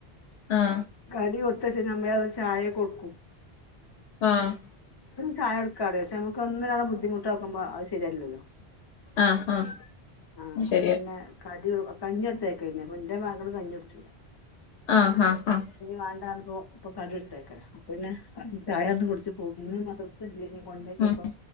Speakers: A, on the left (about 85°); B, on the left (about 35°).
A: ആഹ്
B: അടി കൊടുത്തച്ച നമ്മ ചായെ കൊടുക്കും
A: ആഹ്
B: ചായഴടുക്കാത പക്ഷെ നുക്ക് ഒന്നോണ് ബുദ്ധിമുട്ടോുമ്പോ അത് ശരിയല്ലോ
A: ആഹ് ആഹ്
B: ആഹ
A: അത്
B: അപ്പൊ
A: ശരിയാ
B: പിന്നെ കടി കഞ്ഞെടുത്തക്കന്നെപ്പന്റെ മകൾ കഞ്ഞി അടിച്ചൂട
A: ആഹ് ആഹ് ആഹ
B: ഇപ്പൊ കരുടുത്തേക്ക പിന്നെ ചായന്ന് കുടിച്ച് പോ മ പണ്ക്കെ
A: ഉം
B: അപ്പ